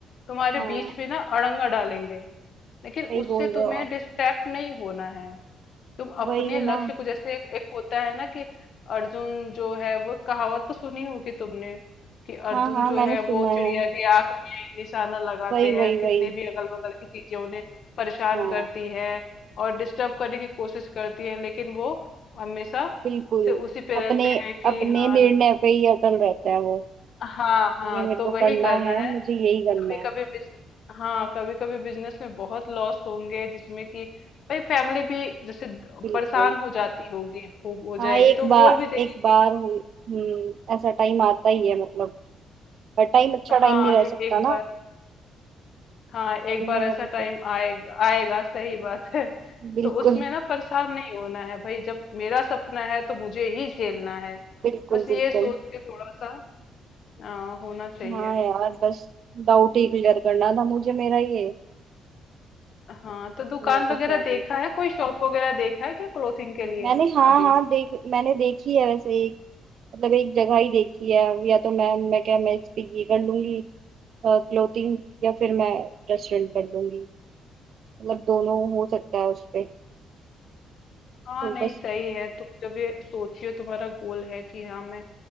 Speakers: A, on the left; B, on the right.
A: तुम्हारे
B: हाँ
A: बीच में ना अड़ंगा डालेंगे लेकिन
B: सही
A: उससे
B: बोल रहे
A: तुम्हें
B: हो आप
A: डिस्ट्रैक्ट नहीं होना है तुम अपने
B: वही
A: लक्ष्य
B: ना
A: को जैसे एक, एक होता है ना कि अर्जुन जो है वो कहावत तो सुनी होगी तुमने कि
B: हाँ
A: अर्जुन
B: हाँ
A: जो
B: मैंने
A: है
B: सुना
A: वो
B: है
A: चिड़िया की आंख में निशाना लगाते
B: वही वही
A: हैं
B: वही
A: कितने भी अगल बगल की चीजें उन्हें परेशान
B: हाँ
A: करती है और डिस्टर्ब करने की कोशिश करती है लेकिन वो हमेशा
B: बिल्कुल
A: से उसी पे रहते
B: अपने
A: हैं कि
B: अपने
A: हाँ
B: निर्णय पे ही अटल रहता है वो
A: हाँ हाँ
B: ये मेरे
A: तो
B: को
A: वही
B: करना
A: करना
B: है
A: है
B: मुझे यही करना
A: कभी
B: है
A: कभी बिजन हाँ कभी कभी बिजनेस में बहुत लॉस होंगे जिसमें कि भाई फैमिली भी जैसे द-
B: बिल्कुल
A: परेशान हो जाती होगी हो, हो
B: हाँ
A: जाएगी
B: एक
A: तो
B: बार
A: वो बोल भी देगी
B: एक बार
A: कि
B: हुई- हम्म ऐसा टाइम आता ही है मतलब हर टाइम अच्छा
A: हाँ
B: टाइम नहीं रह
A: ए,
B: सकता
A: एक बार
B: ना
A: हाँ एक
B: कभी
A: बार
B: ना
A: ऐसा
B: कभी
A: टाइम
B: तो
A: आएगा आएगा सही बात है
B: बिल्कुल
A: तो उसमें ना परेशान नहीं होना है भाई जब मेरा सपना है तो मुझे ही झेलना है
B: बिल्कुल
A: बस ये
B: बिल्कुल
A: सोच के थोड़ा सा आ, होना चाहिए
B: हाँ यार बस डाउट ही क्लियर करना था मुझे मेरा ये
A: हाँ तो दुकान
B: कि मेरे को
A: वगैरह
B: क्या करना
A: देखा
B: है
A: है कोई शॉप वगैरह देखा है क्या क्लोथिंग के लिए
B: मैंने हाँ
A: अभी
B: हाँ देख मैंने देखी है वैसे एक मतलब एक जगह ही देखी है या तो मैं मैं क्या मैं इस पे ये कर लूंगी क्लोथिंग या फिर मैं रेस्टोरेंट कर लूंगी मतलब दोनों हो सकता है उस पे
A: हाँ
B: तो
A: नहीं
B: बस
A: सही है तुम जब ये सोचियो तुम्हारा गोल है कि हाँ मैं